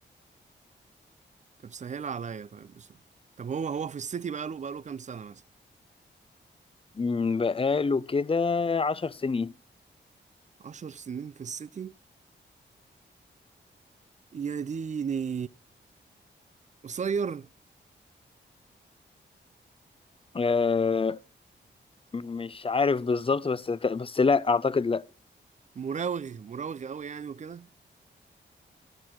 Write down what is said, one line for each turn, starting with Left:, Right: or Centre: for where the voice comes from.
Right: طب سهل عليا طيب بصراحة طب هو هو في السيتي بقاله بقاله كام سنة مثلا؟
Left: مم، بقاله كده عشر سنين
Right: عشر سنين في السيتي يا ديني قصير
Left: آه مش عارف بالظبط بس بس لا أعتقد لا
Right: مراوغ مراوغ قوي يعني وكده